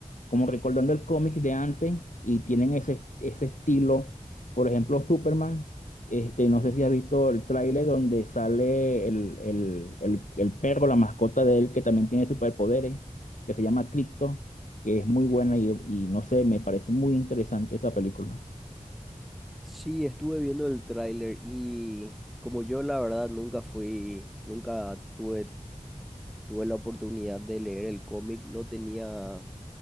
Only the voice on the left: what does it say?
como recordando el cómic de antes y tienen ese, ese estilo. Por ejemplo, Superman. Este, no sé si has visto el tráiler donde sale el, el, el, el perro, la mascota de él, que también tiene superpoderes, que se llama Krypto que es muy buena y, y no sé, me parece muy interesante esa película.